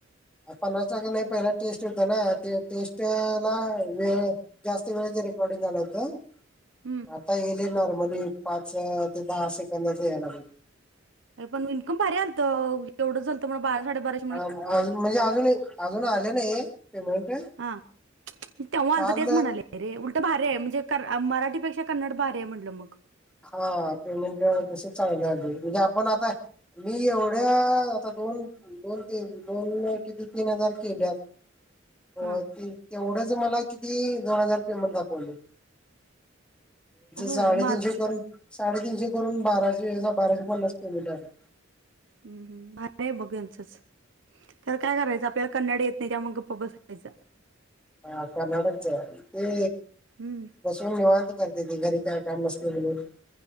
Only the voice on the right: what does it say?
हं,
पण इन्कम भारी आलतं एवढं झालतं म बारा साडे बारा
हां तेव्हा
आललं तेच म्हणाले रे उलट भार आहे म्हणजे मराठीपेक्षा कन्नड भार आहे म्हटलं मग
हां
होय
माझं
हम् भ आहे मग यांचंच तर काय करायचं आपल्याला कन्नड येत नाही त्या मग गप् ब त्याच
हम्म